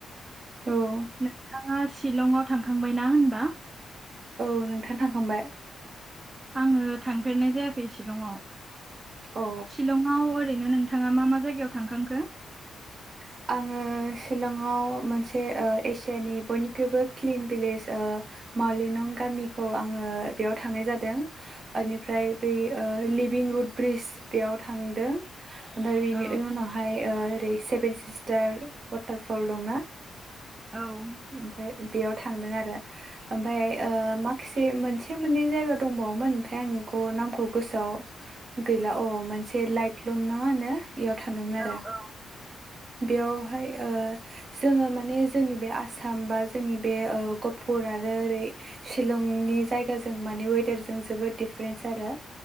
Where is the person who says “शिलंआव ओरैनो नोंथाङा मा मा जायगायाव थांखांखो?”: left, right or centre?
Right